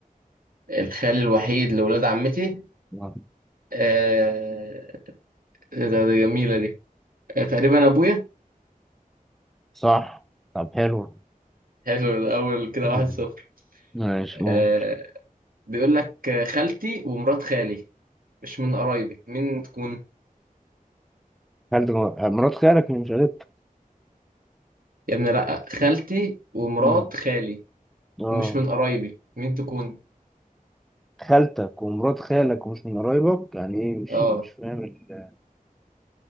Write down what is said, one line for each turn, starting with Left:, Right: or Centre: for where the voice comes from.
Right: الخال الوحيد لولاد عمتي
Centre: آه،
Right: آه إيه ده دي جميلة دي آه تقريبا أبويا
Centre: صح طب حلو
Right: حلو الأول كده
Centre: مم.
Right: واحد صفر
Centre: ماشي
Right: آه
Centre: قول
Right: بيقول لك آه، خالتي ومرات خالي مش من قرايبي مين تكون
Centre: خالتك مرات خالك اللي مش قريبتك
Right: يا ابني لأ خالتي ومرات
Centre: مم.
Right: خالي
Centre: اه
Right: ومش من قرايبي مين تكون
Centre: خالتك ومرات خالك ومش من قرايبك يعني ايه مش
Right: اه
Centre: مش فاهم ال-